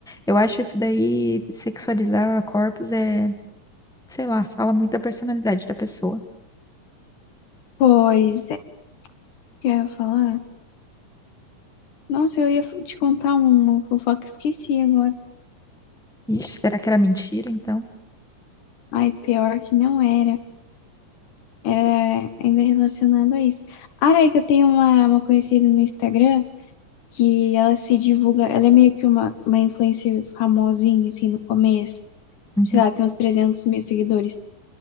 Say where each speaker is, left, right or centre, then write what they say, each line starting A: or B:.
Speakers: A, in the centre; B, on the left.
A: Eu acho isso daí, sexualizar corpos é, sei lá, fala muito da personalidade da pessoa.
B: Pois é, que eu ia falar. Nossa, eu ia f- te contar uma fofoca, esqueci agora.
A: Ixi, será que era mentira, então?
B: Ai, pior que não era. Era ainda relacionado a isso. Ah, é que eu tenho uma, uma conhecida no Instagram que ela se divulga. Ela é meio que uma, uma influencer famosinha, assim, no começo.
A: Uhum.
B: Sei lá, tem uns 300 mil seguidores.